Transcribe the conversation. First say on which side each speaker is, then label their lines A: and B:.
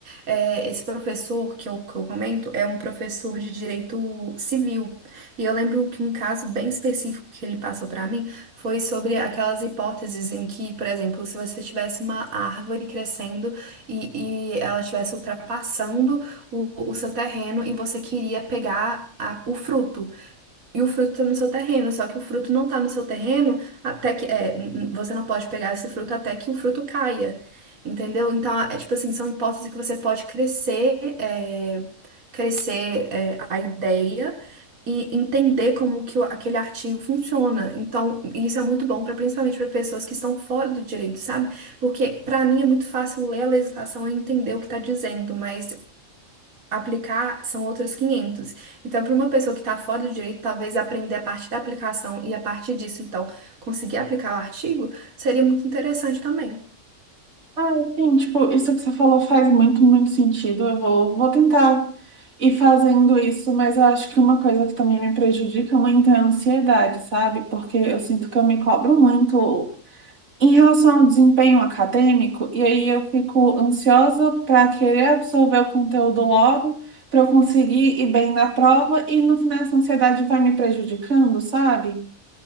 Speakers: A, on the right (about 90°); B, on the right (about 60°).
A: É, esse professor que eu, que eu comento é um professor de direito civil. E eu lembro que um caso bem específico que ele passou para mim foi sobre aquelas hipóteses em que, por exemplo, se você tivesse uma árvore crescendo e, e ela estivesse ultrapassando o, o seu terreno e você queria pegar a- o fruto. E o fruto está no seu terreno, só que o fruto não está no seu terreno até que é, n- n- você não pode pegar esse fruto até que o fruto caia, entendeu? Então, é tipo assim, são hipóteses que você pode crescer, é, crescer é, a ideia e entender como que o- aquele artigo funciona. Então, isso é muito bom para principalmente para pessoas que estão fora do direito, sabe? Porque para mim é muito fácil ler a legislação e entender o que está dizendo, mas aplicar são outros quinhentos Então, para uma pessoa que está fora do direito, talvez aprender a parte da aplicação e a partir disso, então, conseguir aplicar o artigo seria muito interessante também.
B: Ah, sim, tipo, isso que você falou faz muito, muito sentido. Eu vou, vou tentar ir fazendo isso, mas eu acho que uma coisa que também me prejudica muito é a ansiedade, sabe? Porque eu sinto que eu me cobro muito em relação ao desempenho acadêmico, e aí eu fico ansiosa para querer absorver o conteúdo logo, para eu conseguir ir bem na prova, e no final essa ansiedade vai me prejudicando, sabe?